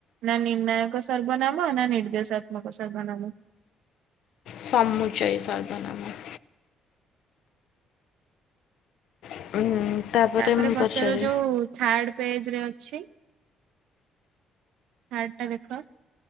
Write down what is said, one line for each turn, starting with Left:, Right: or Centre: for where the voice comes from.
Right: ନା ନିର୍ଣ୍ଣାୟକ ସର୍ବନାମ ନା ନିର୍ଦ୍ଦେଶାତ୍ମକ ସର୍ବନାମ।
Left: ସମୁଚୟ ସର୍ବନାମ। <inaudible>
Right: ତାପରେ
Left: ମୁଁ
Right: ପଚାର
Left: ପଚାରେ
Right: ଯୋଉ ଥାର୍ଡ ପେଜ ରେ ଅଛି। ହାର୍ଡ ଟା ଦେଖ?